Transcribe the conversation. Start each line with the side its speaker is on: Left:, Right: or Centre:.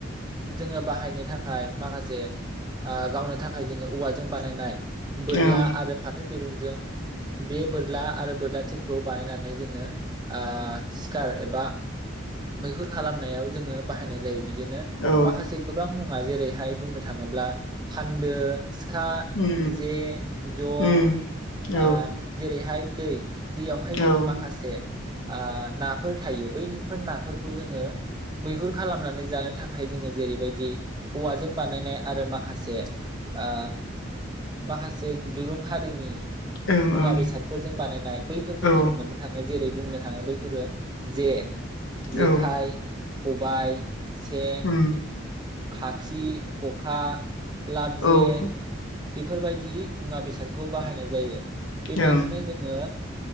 Right: जोङो बाहायनो थाखा थाखाय माखासे गावनो थाखाय जोङो औवाजों बानायनाय बोरला
Left: ओं
Right: आरो फाथो दिरुंजों बे बोरला आरो बोरला थिरखौ बानायनानै जोङो ओ सिखार एबा मैहुर खालामनायाव जोङो बाहायनाय जायो। बिदि नो
Left: औ
Right: माखासे गोबां मुङा जेरैहाय बुंनो थाङोब्ला फान्दो सिखा,
Left: उम
Right: जे, जं
Left: उम औ
Right: आ जेरैहाय <unintelligible> दैयावहाय जोङो
Left: औ ओं
Right: माखासे आ नाफोर थायो। बैफोर नाफोरखौ जोङो मैहुर खालामनानै जानो थाखाय जोङो जेरैबायदि औवाजों बानायनाय आरो माखासे आ माखासे दुरुं हारिनि
Left: ओं
Right: मुवा बेसादफोरजों बानायनाय बैफोरखौ
Left: औ
Right: जोङो मोननो थाङो जेरै बुंनो थाङो बैफोरो जे जेखाय,
Left: औ
Right: खबाइ, सेन,
Left: उम
Right: खाखि, खखा, लाबजे,
Left: औ ओं
Right: बेफोरबायदि मुवा बेसादखौ बाहायनाय जायो। बेबायदिनो
Left: औ
Right: जोङो